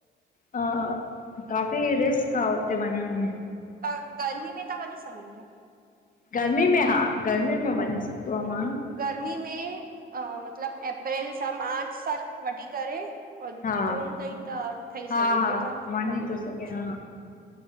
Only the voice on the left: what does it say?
हां, काफ़ी रिसक आ हुते वञण में।
गर्मी में! हा, गर्मी में वञी सघंदो आ माण्हू।
हा
हा
हा
वञी
थो
सघे हा